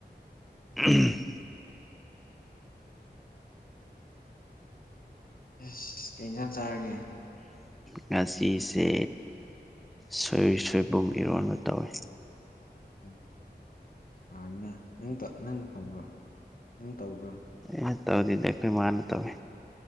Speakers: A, in the centre; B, on the left (about 50°).
A: <unintelligible>
B: ꯑꯁ ꯀꯩ ꯏꯟꯖꯥꯡ ꯆꯥꯔꯒꯦ
A: ꯉꯥꯁꯤꯁꯦ ꯁꯣꯏꯁꯣꯏꯕꯨꯝ ꯏꯔꯣꯟꯕ ꯇꯧꯋꯤ
B: ꯎꯝ ꯍꯥꯎꯅ ꯅꯪ ꯅꯪ <unintelligible> ꯅꯪ ꯇꯧꯕ꯭ꯔꯣ
A: ꯍ ꯇ ꯇꯧꯗꯤꯗ ꯑꯈꯣꯏ ꯃꯥꯅ ꯇꯧꯋꯦ